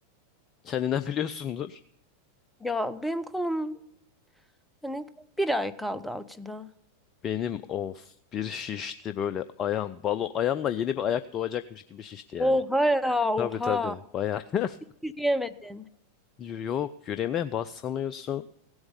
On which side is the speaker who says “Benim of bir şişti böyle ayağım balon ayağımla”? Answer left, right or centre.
Left